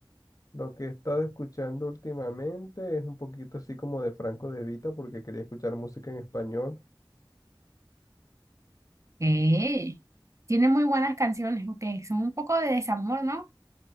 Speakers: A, on the left; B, on the right.
A: lo que he estado escuchando últimamente es un poquito así como de Franco De Vita, porque quería escuchar música en español.
B: Eh, tiene muy buenas canciones, aunque son un poco de desamor, ¿no?